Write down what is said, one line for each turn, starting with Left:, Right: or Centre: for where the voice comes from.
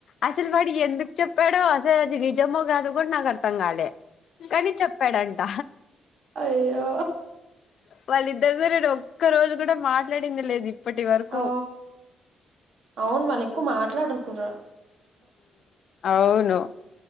Left: అసలు వాడు ఎందుకు చెప్పాడో అసలు అది నిజమో కాదు కూడ నాకు అర్థం కాలే కానీ చెప్పాడంట
Right: అయ్యో
Left: వాళ్ళిద్దరతో ఒక్క రోజు కూడ మాట్లాడింది లేదు ఇప్పటి వరకు
Right: ఓ అవును వాళ్ళు ఎక్కువ మాట్లాడరు కుర
Left: అవును